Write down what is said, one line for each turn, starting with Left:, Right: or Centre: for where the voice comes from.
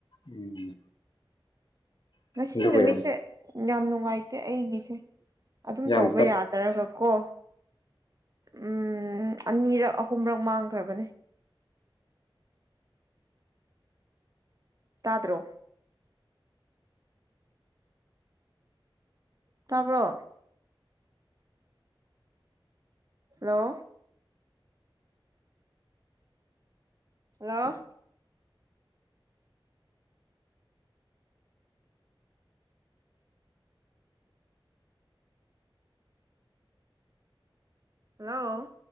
Left: ꯎꯝ
Right: ꯉꯁꯤ
Left: ꯑꯗꯨꯒ
Right: ꯅꯨꯃꯤꯠꯁꯦ
Left: ꯌꯥꯝ
Right: ꯌꯥꯝ ꯅꯨꯡꯉꯥꯏꯇꯦ ꯑꯩꯒꯤꯁꯦ ꯑꯗꯨꯝ
Left: ꯌꯥꯝ
Right: ꯇꯧꯕ
Left: ꯇꯞ
Right: ꯌꯥꯗ꯭ꯔꯒ ꯀꯣ ꯎꯝ ꯑꯅꯤꯔꯛ ꯑꯍꯨꯝꯔꯛ ꯃꯥꯡꯈ꯭ꯔꯕꯅꯦ
Left: ꯑ <inaudible>
Right: ꯇꯥꯗ꯭ꯔꯣ ꯇꯕ꯭ꯔꯣ ꯍꯜꯂꯣ ꯍꯜꯂꯣ ꯍꯜꯂꯣ